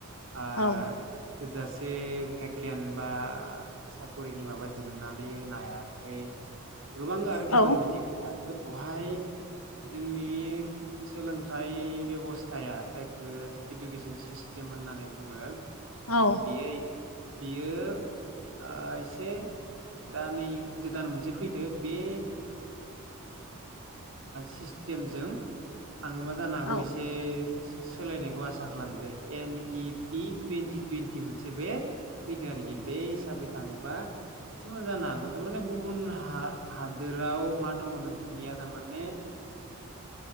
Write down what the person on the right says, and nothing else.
आ
थोजासे भेकेन्ट बा साख'रिनि माबा दिहुननानै होनो हायाखै गोबां आरो
गोबां बिदि खोथा दा बेहाय जोंनि सोलोंथाइ बेब'स्थाया जाय ओ इडुकेसन सिस्टेम होननानै बुङो
बियो बियो ओ एसे दा नै गोदान मोनसे फैदो ओ बे सिस्टेमजों थाङो मा जानो हागौ
एसे सोलायनायखौ आसा खालामदो N E P twenty twenty मोनसे बे फैदो आरोखि बे हिसाबै थाङोबा एसेबो जानो हागौ थारमाने गुबुन ह हादोराव मा दङ नोंथांनिया थारमाने